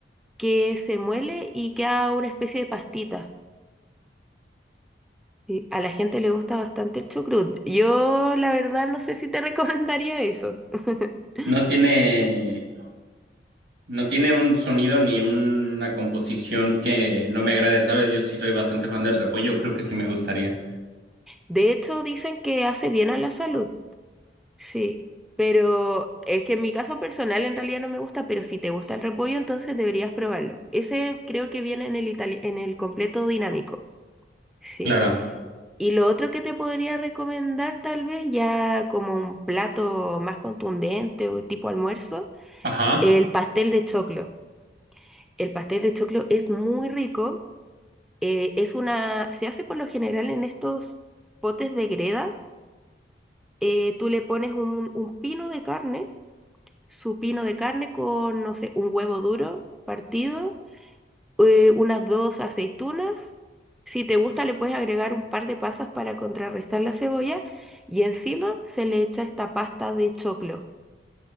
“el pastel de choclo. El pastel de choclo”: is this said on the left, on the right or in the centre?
Centre